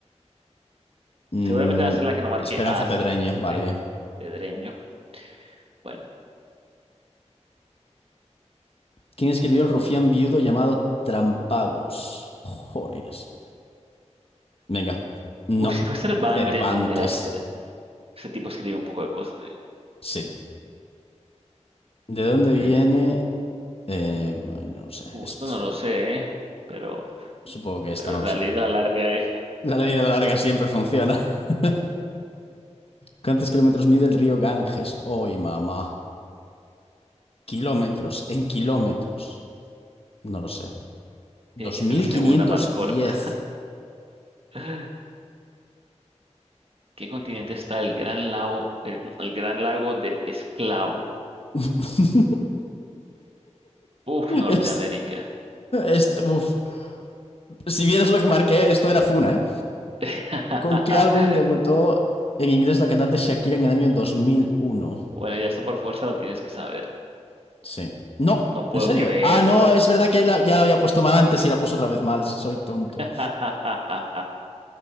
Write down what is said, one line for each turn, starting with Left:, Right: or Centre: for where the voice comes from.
Left: Mm,
Right: Seguramente va a ser la que no marqué.
Left: Esperanza
Right: Ah,
Left: Pedreño,
Right: sí, sí, sí,
Left: vale,
Right: fue
Left: bien.
Right: Pedreño. Bueno.
Left: ¿Quién escribió el rufián viudo llamado Trampagos? Jolines. Venga. No,
Right: Uf, si fue Cervantes,
Left: Cervantes.
Right: no me las creo. Ese tipo escribe un poco de cosas, eh.
Left: Sí. ¿De dónde viene?
Right: Eh,
Left: Eh, bueno, no sé,
Right: Justo
Left: esto
Right: no
Left: supongo,
Right: lo sé, eh, Pero,
Left: supongo que esta
Right: pero
Left: no
Right: la
Left: lo sé.
Right: ley de la larga, eh.
Left: La ley de la larga siempre funciona. <laughs> ¿Cuántos kilómetros mide el río Ganges? Hoy, mamá. Kilómetros, en kilómetros. No lo sé. 2510.
Right: Tiene que ser la segunda más corta. <laughs> ¿Qué continente está el Gran Lago, el, no, el Gran Lago del Esclavo?
Left: <laughs>
Right: Uf, Norteamérica.
Left: Es- es- uf. Si vieras lo que marqué,
Right: Ya-
Left: esto era Funa, ¿eh?
Right: <laughs>
Left: ¿Con qué álbum debutó en inglés la cantante Shakira en el año dos mil uno
Right: Bueno, ya está por fuerza, lo tienes que saber.
Left: Sí. No,
Right: No puedo
Left: en serio.
Right: creerlo.
Left: Ah, no, es verdad que la- ya la había puesto mal antes y la puse otra vez mal. Soy tonto.
Right: <laughs>